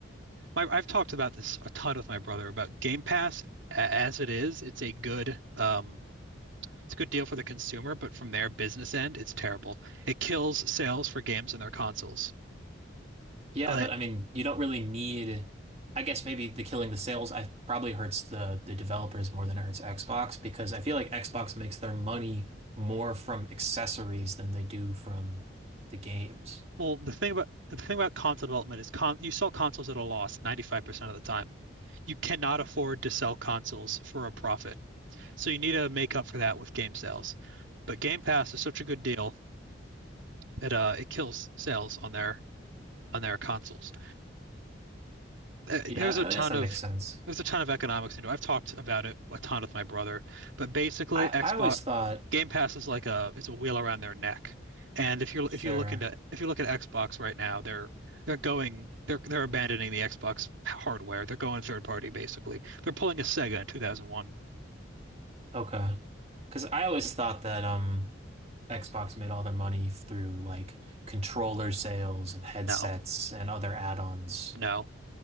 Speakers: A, on the right; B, on the right.
A: my, I've talked about this a ton with my brother about Game Pass a- as it is, it's a good um It's a good deal for the consumer, but from their business end, it's terrible. It kills sales for games and their consoles.
B: Yeah,
A: Like,
B: but I mean, you don't really need. I guess maybe the killing the sales I probably hurts the the developers more than it hurts Xbox because I feel like Xbox makes their money more from accessories than they do from the games.
A: well, the thing about the thing about console development is con you sell consoles at a loss 95% of the time. You cannot afford to sell consoles for a profit. So you need to make up for that with game sales. But Game Pass is such a good deal that uh, it kills sales on their on their consoles. th-
B: Yeah,
A: there's a ton
B: I guess that
A: of
B: makes sense.
A: there's a ton of economics into it. I've talked about it a ton with my brother, but basically
B: I
A: Xbox
B: I always thought,
A: Game Pass is like a it's a wheel around their neck. And if you're
B: sure,
A: if you look into if you look at Xbox right now, they're they're going they're they're abandoning the Xbox hardware. They're going third party basically. They're pulling a Sega in 2001.
B: okay, because I always thought that um Xbox made all their money through like controller sales and headsets
A: No,
B: and other add-ons.
A: no.